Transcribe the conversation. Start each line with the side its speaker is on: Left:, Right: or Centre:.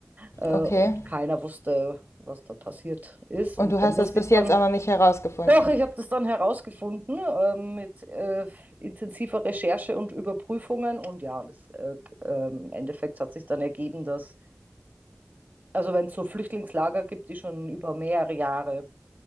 Right: äh,
Left: Okay.
Right: und keiner wusste, was da passiert ist.
Left: Und
Right: Und
Left: du hast
Right: da musste
Left: das bis
Right: ich
Left: jetzt
Right: dann
Left: auch noch nicht herausgefunden.
Right: doch, ich habe das dann herausgefunden ähm, mit äh, intensiver Recherche und Überprüfungen. Und ja, und es, äh, äh, im Endeffekt hat sich dann ergeben, dass, also wenn es so Flüchtlingslager gibt, die schon über mehrere Jahre